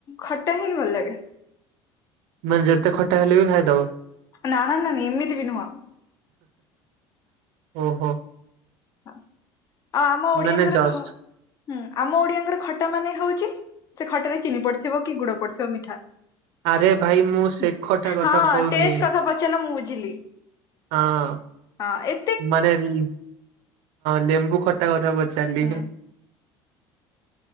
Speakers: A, on the left; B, on the right.
A: ଖଟା ହିଁ ଭଲ ଲାଗେ
B: ମାନେ ଯେତେ ଖଟା ହେଲେ ବି ଖାଇଦବ
A: ନାଁ ନାଁ ନାନି ଏମିତି ବି ନୁହଁ
B: ଓହୋ
A: ହଉ ଆଉ ଆମ ଓଡିଆଙ୍କର
B: ମାନେ ଜଷ୍ଟ
A: ଖ ହୁଁ ଆମ ଓଡିଆଙ୍କର ଖଟା ମାନେ ହଉଛି ସେ ଖଟାରେ ଚିନି ପଡିଥିବ କି ଗୁଡ ପଡିଥିବ ମିଠା
B: ଆରେ ଭାଇ ମୁଁ ସେ
A: ହୁଁ
B: ଖଟା କଥା
A: ହଁ
B: କହୁନି
A: ଟେଷ୍ଟ କଥା ପଚାରିଲ ମୁଁ ବୁଝିଲି
B: ହଁ
A: ହଁ ଏ
B: ମାନେ ହଁ ଲେମ୍ବୁ ଖଟା କଥା ପଚାରିଲି
A: ହୁଁ